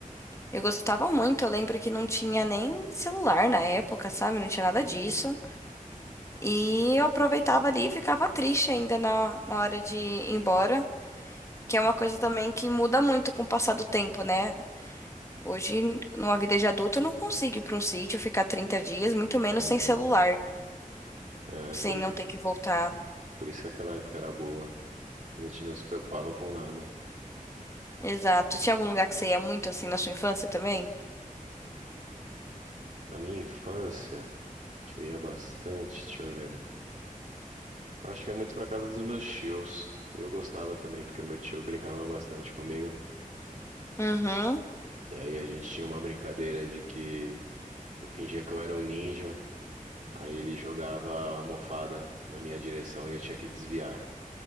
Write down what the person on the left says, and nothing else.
Eu gostava muito, eu lembro que não tinha nem celular na época, sabe? Não tinha nada disso.
E eu aproveitava ali e ficava triste ainda na, na hora de ir embora. Que é uma coisa também que muda muito com o passar do tempo, né? Hoje, numa vida de adulta, eu não consigo ir para um sítio, ficar 30 dias, muito menos
sem celular,
sem
não ter que voltar.
Exato. Tinha algum lugar que você ia muito assim na sua infância também?
Uhum.